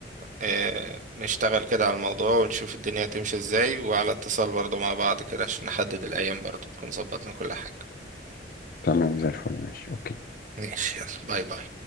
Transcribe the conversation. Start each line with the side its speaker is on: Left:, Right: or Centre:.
Right: اه نشتغل كده على الموضوع ونشوف الدنيا هتمشي ازاي وعلى اتصال برضو مع بعض كده عشان نحدد الأيام برضو نكون ظبطنا كل حاجة
Left: تمام زي الفل ماشي اوكي
Right: ماشي يلا باي باي